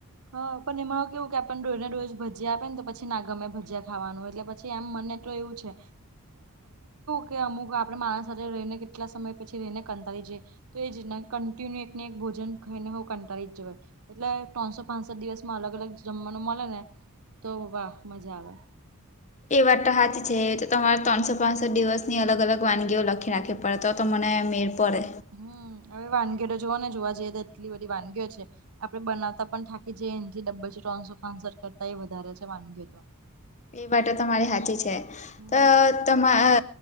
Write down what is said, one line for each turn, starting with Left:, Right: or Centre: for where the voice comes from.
Right: હા પણ એમાં હું કેવું કે ભજીયા આપે ને તો પછી ના ગમે ભજીયા ખાવાનું એટલે પછી એમ મને તો એવું છે. કે અમુક આપડે માણસ સાથે રહીને કેટલા સમય પછી રહીને કંટાળી જઈએ. તો એ જ કન્ટિન્યુ એકને એક ભોજન ખાને હો કંટાળી જ જવાય એટલે ત્રણસો પાંચ સાત દિવસમાં અલગ અલગ જમવાનું મળે ને તો વાહ મજા આવે.
Left: એ વાત તો સાચી છે. તો તમારે ત્રણસો પાંસઠ દિવસની અલગ અલગ વાનગીઓ લખી રાખે પણ તો મને મેડ પડે.
Right: હમ અવે વાનગીઓ તો જોવો ને જોવા જઈએ તો એટલી બધી વાનગીઓ છે. આપડે બનાવતા પણ થાકી જઈએ એથી ત્રણસો પાંસઠ કરતા એ વધારે છે વાનગીઓ તો.
Left: એ વાત તો મારી હાચી છે.
Right: હમ
Left: તો તમા અ